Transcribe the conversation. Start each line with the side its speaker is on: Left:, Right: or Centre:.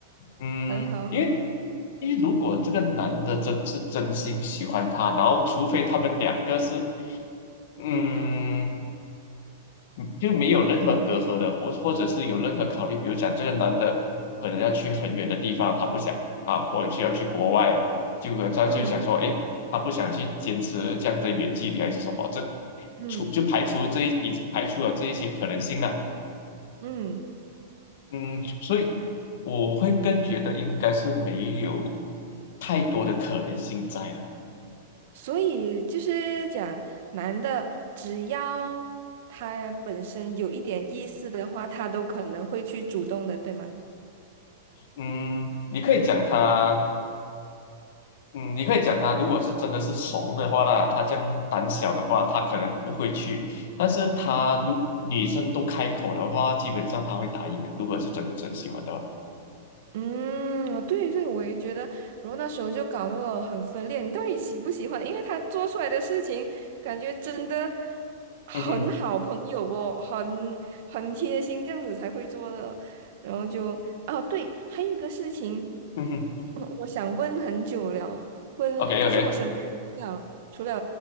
Left: 嗯，
Right: 很好，很好。
Left: 因为因为如果这个男的真是真心喜欢她，然后除非他们两个是嗯，嗯就没有任何隔阂的，或或者是有任何考虑，比如讲这个男的可能要去很远的地方，他不想啊，或者是要去国外，就他就想说，
Right: 嗯
Left: 哎，他不想去坚持这样的远距离还是什么，这
Right: 嗯
Left: 除就排除这一已排除了这一些可能性了。
Right: 嗯，
Left: 嗯，所以我会更觉得应该是没有太多的可能性在了。
Right: 所以就是讲，男的只要他本身有一点意思的话，他都可能会去主动的，对吗？
Left: 嗯，你可以讲他。嗯，你可以讲他，如果是真的是怂的话啦，他这样胆小的话，他可能不会去。但是他如女生都开口的话，基本上他会答应的。如果是真的真喜欢的话，
Right: 嗯，对对，我也觉得，然后那时候就搞得我很分裂，你到底喜不喜欢？因为他做出来的事情，感觉真的很好朋友哦，
Left: 嗯哼，
Right: 很很贴心，这样子才会做的。然后就，啊，对，还有一个事情，
Left: 嗯哼
Right: 嗯我想问很久了，问，
Left: ，OK
Right: 可是我身边除了除了
Left: OK，